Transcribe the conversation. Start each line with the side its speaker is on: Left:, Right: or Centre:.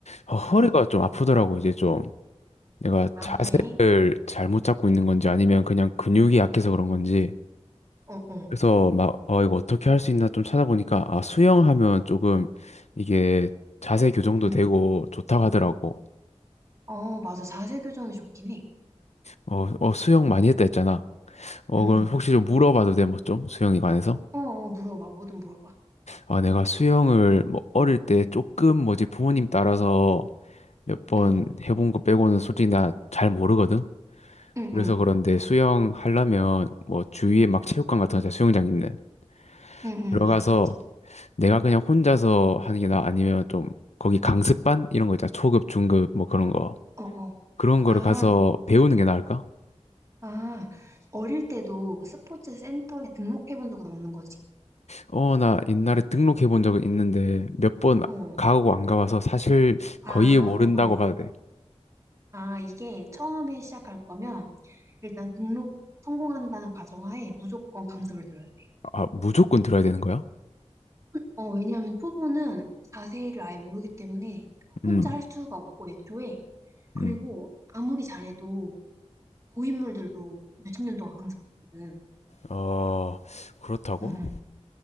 Left: 어, 허리가
Right: 어.
Left: 좀 아프더라고. 이제 좀 내가
Right: 아,
Left: 자세를
Right: 그래.
Left: 잘못 잡고 있는 건지 아니면 그냥 근육이 약해서 그런 건지.
Right: 어, 어.
Left: 그래서 막, 어, 이거 어떻게 할 수 있나 좀 찾아보니까, 아, 수영하면 조금 이게 자세 교정도
Right: 응.
Left: 되고 좋다고 하더라고.
Right: 어, 맞아. 자세 교정이 좋긴 해.
Left: 어, 어, 수영 많이 했다 했잖아. 어,
Right: 응,
Left: 그럼
Right: 응.
Left: 혹시 좀 물어봐도 돼, 뭐 좀? 수영에 관해서?
Right: 어, 어, 물어봐. 뭐든 물어봐.
Left: 아, 내가 수영을 뭐 어릴 때 조금 뭐지 부모님 따라서 몇 번
Right: 응,
Left: 해본 거 빼고는 솔직히 나 잘 모르거든?
Right: 응,
Left: 그래서
Right: 응.
Left: 그런데 수영 하려면 뭐 주위에 막 체육관 같은 거 있잖아, 수영장 있는.
Right: 응, 응.
Left: 들어가서
Right: 맞아, 맞아.
Left: 내가 그냥 혼자서 하는 게 나 아니면 좀 거기 강습반 이런 거 있잖아. 초급, 중급 뭐 그런 거.
Right: 어, 어.
Left: 그런 거를
Right: 아,
Left: 가서 배우는 게 나을까?
Right: 아. 어릴 때도 스포츠 센터에 등록해 본 적은 없는 거지.
Left: 어, 나 옛날에 등록해 본 적은 있는데 몇 번
Right: 어.
Left: 가고 안 가봐서 사실
Right: 아,
Left: 거의 모른다고
Right: 어.
Left: 봐도 돼.
Right: 아, 이게 처음에 시작할 거면 일단 등록 성공한다는 가정하에 무조건 강습을 들어야 돼.
Left: 아, 무조건 들어야 되는 거야?
Right: 어, 왜냐하면 초보는 자세를 아예 모르기 때문에
Left: 음,
Right: 혼자 할 수가 없고 애초에 그리고
Left: 음.
Right: 아무리 잘해도 고인물들도 몇십 년 동안 강습하거든.
Left: 어, 그렇다고?
Right: 응, 응.